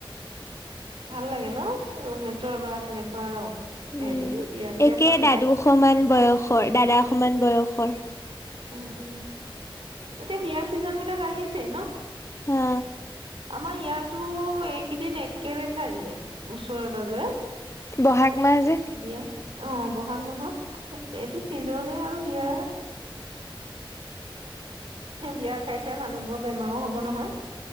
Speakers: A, on the right (about 80°); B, on the left (about 30°).
A: ভাল লাগে ন? ৰুমমেটৰ বা তেনেকুৱা
B: উম,
A: হেৰি বিয়া চিয়া
B: একে
A: খাবলে
B: দাদু সমান বয়সৰ দাদা সমান বয়স খৰ
A: উম। এতিয়া বিয়া চিজন বিলাক আহিছেই ন?
B: হা
A: আমাৰ ইয়াত টো এইকেইদিন এক কেলে থাৰিয়ে ওচৰে-পজৰে
B: ব'হাগ মাহ যে
A: বিয়া অ', ব'হাগ মাহত এইটো চিজনেই আৰু বিয়াৰ বিয়া খাই খাই মানুহবোৰ বেমাৰো হ'ব নহয়